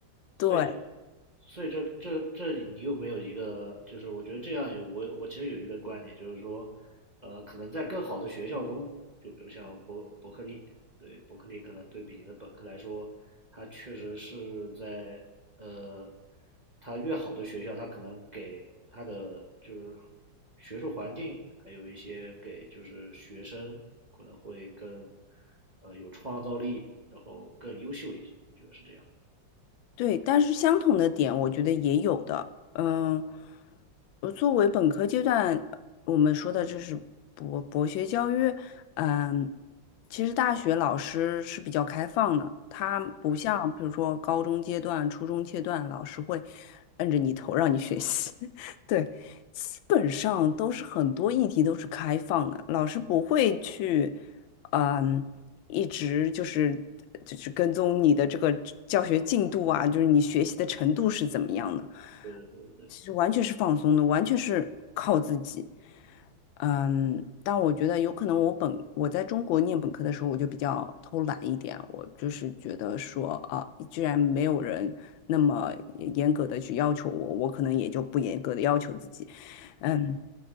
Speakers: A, on the left (about 85°); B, on the right (about 30°).
A: 对，
B: 所以所以这这这你有没有一个，就是我觉得这样有我我其实有一个观点，就是说，呃，可能在更好的学校中，就比如像伯伯克利，对伯克利可能对比你的本科来说，它确实是在呃，它越好的学校，它可能给它的就是学术环境，还有一些给就是学生可能会更呃有创造力，然后更优秀一些，你觉得是这样的
A: 对，但是相同的点，我觉得也有的。嗯，呃作为本科阶段，我们说的这是博博学教育。嗯，其实大学老师是比较开放的，他不像比如说高中阶段、初中阶段，老师会摁着你头让你学习。<laughs> 对，基本上都是很多议题都是开放的，老师不会去。嗯。一直就是就是跟踪你的这个教学进度啊，就是你学习的程度是怎么样的。
B: 者。
A: 其实完全是放松的，完全是靠自己。嗯，但我觉得有可能我本我在中国念本科的时候，我就比较偷懒一点，我就是觉得说啊，居然没有人那么严格的去要求我，我可能也就不严格的要求自己。嗯，